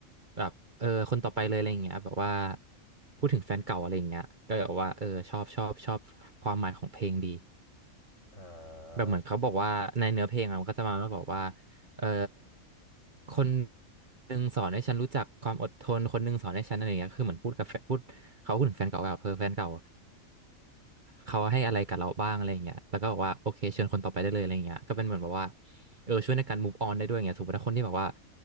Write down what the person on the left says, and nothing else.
อ่า